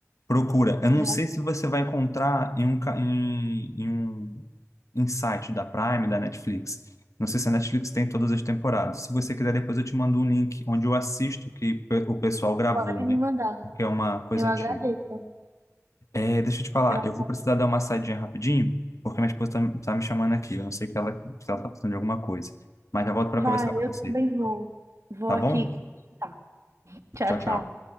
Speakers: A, on the left (about 75°); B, on the right (about 65°).
A: Procura. Eu não
B: Já
A: sei se você vai encontrar em um, ca- em, em um Insight da Prime, da Netflix. Não sei se a Netflix tem todas as temporadas. Se você quiser, depois eu te mando um link onde eu assisto que pe- o pessoal gravou,
B: pode
A: né?
B: me mandar.
A: Porque é uma coisa
B: Eu agradeço.
A: antiga. É, deixa eu te falar,
B: Eu... agra-
A: eu vou precisar dar uma saidinha rapidinho, porque minha esposa tá, tá me chamando aqui. Eu não sei que ela, se ela tá precisando de alguma coisa. Mas já volto para
B: Vai,
A: conversar com
B: eu
A: você,
B: também vou. Vou
A: tá
B: aqui.
A: bom?
B: Tá. Tchau,
A: Tchau,
B: tchau.
A: tchau.